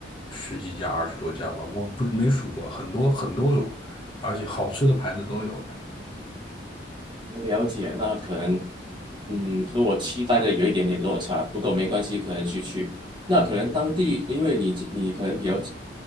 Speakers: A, on the left; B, on the right.
A: 十几家、二十多家吧，我不没数过，很多很多种，而且好吃的牌子都有的。
B: 了解，那可能，嗯，和我期待的有一点点落差，不过没关系，可能去去。那可能当地，因为你你可能比较，